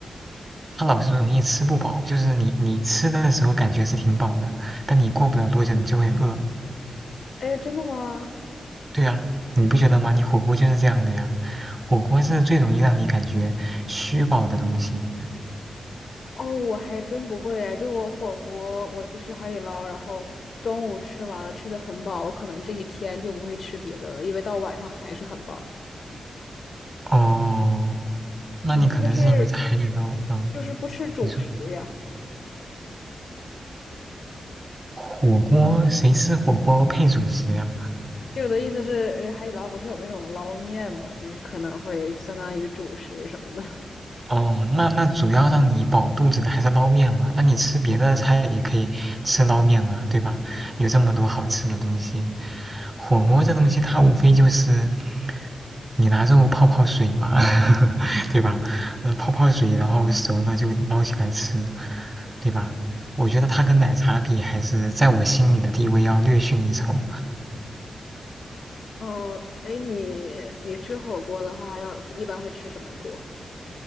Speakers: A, on the right (about 25°); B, on the left (about 60°).
A: 它老是容易吃不饱，就是你你吃的时候感觉是挺饱的，但你过不了多久你就会饿。
B: 哎，真的吗？
A: 对啊，你不觉得吗？你火锅就是这样的呀，火锅是最容易让你感觉虚饱的东西。
B: 哦，我还真不会哎，就我火锅，我去吃海底捞，然后中午吃完了，吃的很饱，我可能这一天就不会吃别的了，因为到晚上还是很饱。
A: 哦，那你可能是因为在海底捞，
B: 你是不是
A: 嗯，
B: 就是不吃主食呀？
A: 你说。火锅谁吃火锅配主食呀？
B: 就我的意思是，呃海底捞不是有那种捞面嘛，就是可能会相当于主食什么的。
A: 哦，那那主要让你饱肚子的还是捞面嘛？那你吃别的菜也可以吃捞面啊，对吧？有这么多好吃的东西，火锅这东西它无非就是你拿肉泡泡水嘛，<laughs> 对吧？嗯、呃泡泡水，然后熟了就捞起来吃，对吧？我觉得它跟奶茶比，还是在我心里的地位要略逊一筹。
B: 哦，哎，你你吃火锅的话，要一般会吃什么锅？